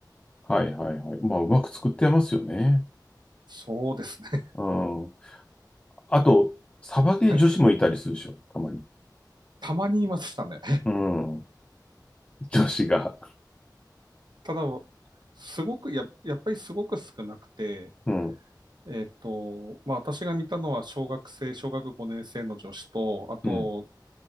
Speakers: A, on the left; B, on the right.
A: はいはいはい。まあ、うまく作ってますよね。
B: そうですね。<laughs>
A: うん。あと、サバゲー女子もいたりするでしょ、
B: はい。
A: たまに。
B: <laughs> たまにいましたね。
A: うん。女子が。
B: ただ、すごくや、やっぱりすごく少なくて、
A: うん。
B: えっと、まあ私が見たのは小学生、小学5年生の女子と、あと
A: うん。